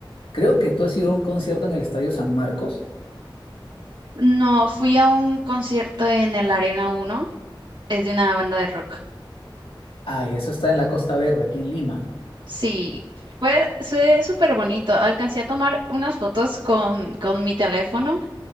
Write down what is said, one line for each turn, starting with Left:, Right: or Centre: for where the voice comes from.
Left: Creo que tú has ido a un concierto en el Estadio San Marcos.
Right: No, fui a un concierto en el Arena uno es de una banda de rock.
Left: Ah, y eso está en la Costa Verde, aquí en Lima.
Right: Sí, fue, fue súper bonito. Alcancé a tomar unas fotos con, con mi teléfono